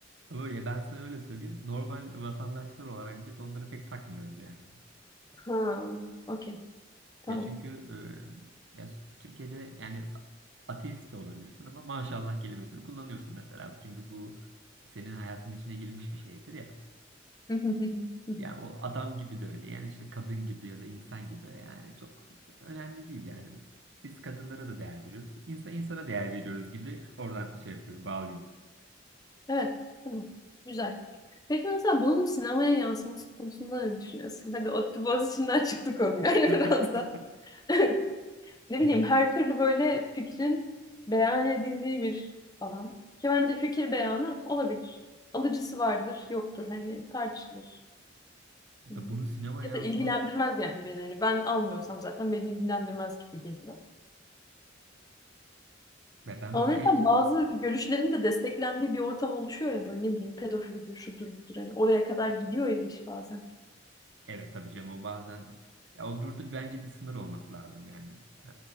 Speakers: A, on the right; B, on the left.
A: Öyle ben sana öyle söyleyeyim. Normal vatandaşlar olarak biz onları pek takmıyoruz yani.
B: Ha, okey, tamam.
A: Ya çünkü e, ya s- Türkiye'de yani ateist de olabilirsin ama maşallah kelimesini kullanıyorsun mesela. Çünkü bu senin hayatın içine girmiş bir şeydir ya.
B: <laughs>
A: Yani o adam gibi de öyle. Yani işte kadın gibi ya da insan gibi. Yani çok önemli değil yani. Biz kadınlara da değer veriyoruz. İnsan insana değer veriyoruz gibi oradan şey yapıyorum, bağlayayım.
B: Evet, tamam. Güzel. Peki mesela bunun sinemaya yansıması konusunda ne düşünüyorsun? Hadi ODTÜ Boğaziçi'nden çıktı konu yani
A: <laughs>
B: <laughs> biraz da. <laughs> Ne
A: E,
B: bileyim her türlü böyle fikrin beyan edildiği bir alan. Ki bence fikir beyanı olabilir. Alıcısı vardır, yoktur. Hani tartışılır.
A: da
B: Hmm.
A: bunun sinema
B: Ya
A: yansıması
B: da ilgilendirmez yani beni. Hani ben almıyorsam zaten beni ilgilendirmez gibi geliyor.
A: ve ben
B: Ama
A: mesela
B: mesela
A: en son-
B: bazı görüşlerin de desteklendiği bir ortam oluşuyor ya böyle ne bileyim pedofilidir, şudur budur. Hani oraya kadar gidiyor ya iş bazen.
A: evet tabii canım o bazen ya o burada bence bir sınır olması lazım yani. Ee,